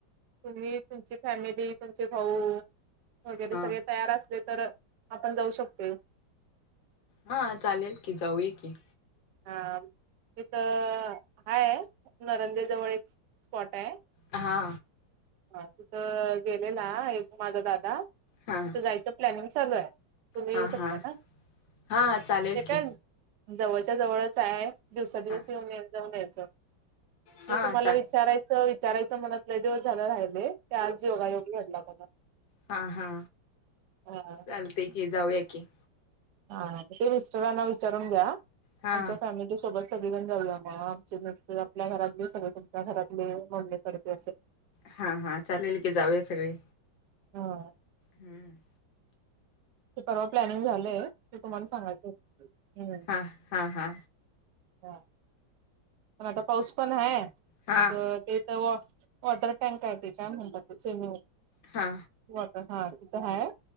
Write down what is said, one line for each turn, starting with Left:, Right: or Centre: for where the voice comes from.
Right: तुम्ही, तुमची फॅमिली तुमचे भाऊ वगैरे
Left: हा
Right: सगळे तयार असले तर.. आपण जाऊ शकतोय
Left: हा चालेल की, जाऊय की
Right: हा इथं हाय नरंदे जवळ एक स्पॉटाय
Left: हा
Right: हा तुथं गेलेला एक माझा दादा तिथं
Left: हा
Right: जायचं प्लॅनिंग चालूय तुम्ही
Left: हा
Right: येऊ शकता
Left: हा
Right: ना?
Left: हा चालेल
Right: ते काय
Left: की
Right: जवळच्या जवळचाय, दिवसा दिवस
Left: हा
Right: येऊन जाऊन यायचं
Left: हा
Right: ते तुम्हाला
Left: चाल
Right: विचारायचं विचारायचं म्हणत लय दिवस राहिले ते आज योगायोग येड लागलाय
Left: हा हा
Right: हा
Left: चालतय की जाऊया की
Right: हा ते मिस्टरांना विचारून घ्या.
Left: हा
Right: आमच्या फॅमिली सोबत सगळीजण जाऊया म आमचे जास्त आपल्या घरातले सगळे तुमच्या घरातले, मम्मी कडचे असे
Left: हा हा चालेल की जाऊया संगळे
Right: हं
Left: हम्म
Right: ते परवा प्लॅनिंग झालंय ते तुम्हाला सांगायचय हम्
Left: हा हा हा
Right: हा पण आता पाऊस पण हाय.
Left: हा
Right: मग ते तर व वॉटर टँकय त्याच्या ते काय म्हणतात ते स्विमिंग
Left: हा
Right: वाॅटर हा तिथं हाय,